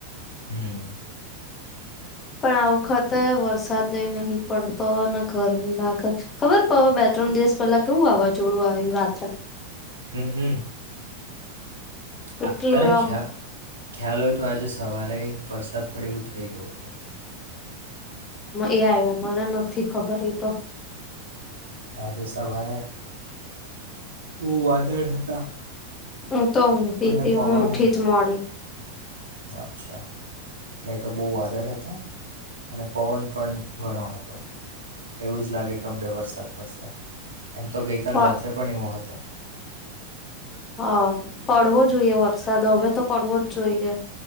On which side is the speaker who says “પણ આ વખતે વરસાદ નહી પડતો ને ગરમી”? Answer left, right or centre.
Left